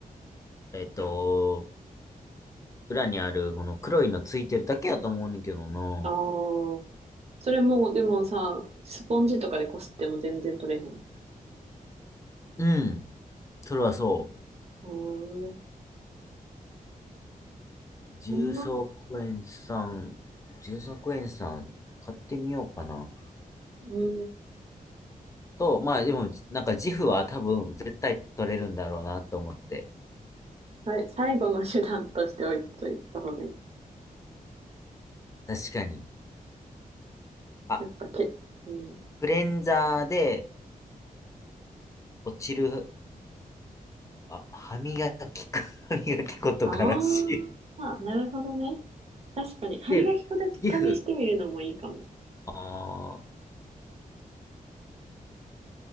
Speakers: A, on the left; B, on the right.
A: えっと、裏にある、この黒いのついてるだけやと思うねんけどな。
B: ああ。それも、でもさ、スポンジとかでこすっても全然取れへん。
A: うん。それはそ
B: うーん。
A: う。重曹クエン酸、
B: そんなこ、
A: 重曹クエン酸、買ってみようかな。
B: うん。
A: と、まあでも、なんか自負は多分絶対取れるんだろうなと思って。
B: はい、最後の手段として置いといた方がいい。
A: 確かに。あ、
B: やっぱけ、うん。
A: クレンザーで落ちる、あ、歯磨き粉、<laughs> 歯磨き粉とからしい。
B: ああ、なるほどね。確かに、歯磨き粉で試してみるのもいいかも。
A: で、リフ。ああ、